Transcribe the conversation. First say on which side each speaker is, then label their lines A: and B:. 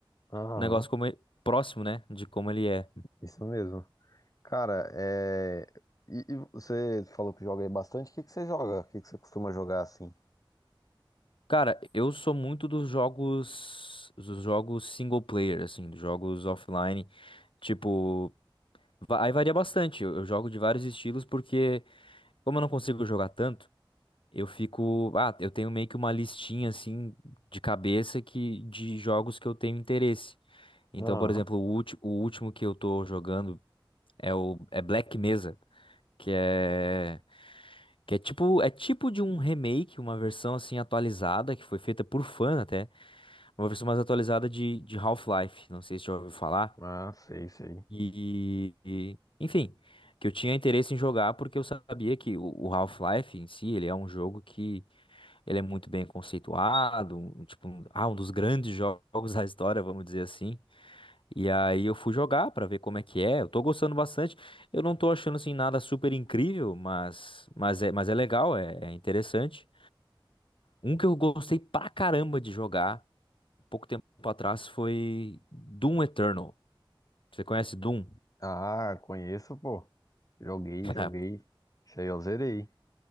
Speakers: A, on the left (about 40°); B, on the left (about 70°).
A: Aham,
B: o negócio como e- próximo, né, de como ele é.
A: isso mesmo. Cara, é. E, e você falou que joga aí bastante, o que que você joga? O que que você costuma jogar assim?
B: Cara, eu sou muito dos jogos, dos jogos single player, assim, dos jogos offline, tipo, va- aí varia bastante. Eu, eu jogo de vários estilos porque Como eu não consigo jogar tanto, eu fico. Ah, eu tenho meio que uma listinha assim de cabeça que de jogos que eu tenho interesse. Então,
A: Aham,
B: por exemplo, o, ulti- o último que eu tô jogando é o é Black Mesa, que é que é tipo é tipo de um remake, uma versão assim atualizada que foi feita por fã até, uma versão mais atualizada de, de Half-Life. Não sei se já ouviu falar.
A: Ah, sei, sei.
B: E, e- enfim, que eu tinha interesse em jogar porque eu sabia que o o Half-Life em si, ele é um jogo que Ele é muito bem conceituado, um- um, tipo, um, ah, um dos grandes jo- jogos <laughs> da história, vamos dizer assim. E aí eu fui jogar pra ver como é que é. Eu tô gostando bastante. Eu não tô achando assim nada super incrível, mas mas é, mas é legal, é, é interessante. Um que eu gostei pra caramba de jogar pouco tempo atrás foi Doom Eternal. Você conhece Doom?
A: Ah, conheço, pô. Joguei,
B: <laughs>
A: joguei. Isso aí eu zerei.